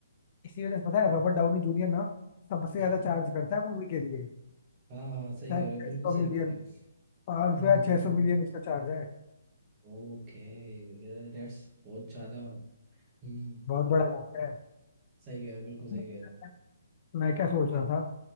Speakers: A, on the left; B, on the right.
A: इसी वजह से पता है रॉबर्ट डाउनी जूनियर ना सबसे
B: हाँ
A: ज्यादा चार्ज करता है मूवी के लिए
B: हाँ हाँ सही
A: शायद
B: कह रहे हो
A: छह
B: बिल्कुल
A: सौ
B: सही
A: मिलियन
B: कह रहे हो
A: पाँच
B: हम्म
A: सौ या
B: हम्म
A: छह सौ मिलियन उसका चार्ज है
B: ओके ये दैट्स बहुत ज्यादा हम्म
A: बहुत बड़ा अमाउंट है
B: सही कह रहे हो बिल्कुल सही
A: <laughs>
B: कह रहे हो
A: मैं क्या सोच
B: अ-
A: रहा था